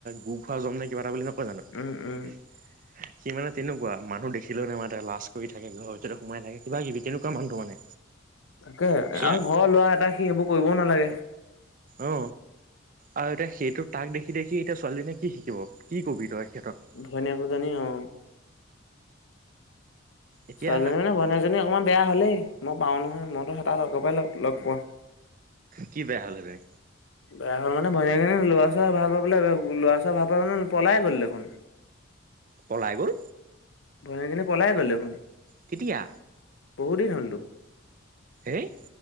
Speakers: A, on the right; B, on the left.
A: গু খোৱা যমনে কিবা এটা বুলি নকয় জানো?
B: উম উম
A: <inaudible> সি মানে তেনেকুৱা, মানুহ দেখিলেও নামাতে, লাজ কৰি থাকে, ঘৰ ভিততে সোমাই থাকে, কিবা কিবি তেনেকুৱা মানুহটো মানে।
B: তাকে,
A: সেয়া
B: আৰু ঘৰৰ ল'ৰা এটা, সি সেইবোৰ কৰিবও নালাগে।
A: অ। আৰু এতিয়া সেইটো, তাক দেখি-দেখি এতিয়া ছোৱালীজনীয়ে কি শিকিব, কি কবি তই সিহঁতক?
B: ভনীয়েক দুজনী, অ।
A: এতিয়া
B: ছোৱালীজনী মানে, ভনীয়েকজনী অকণমান বেয়া হলেই, মই পাওঁ নহয়, মইটো হে তাক আগৰ পৰা লগ পোৱা।
A: কি বেয়া হ'লে তাই?
B: বেয়া হ'ল মানে, ভনীয়েকে ল'ৰা-ছৰা ভাল পাই পেলাই, ল'ৰা-ছৰা ভাল পাই পলাই গল দেখোন।
A: পলাই গ'ল?
B: ভনীয়েক জনী পলাই গ'ল দেখোন।
A: কেতিয়া?
B: বহুদ দিন হ'লতো
A: এই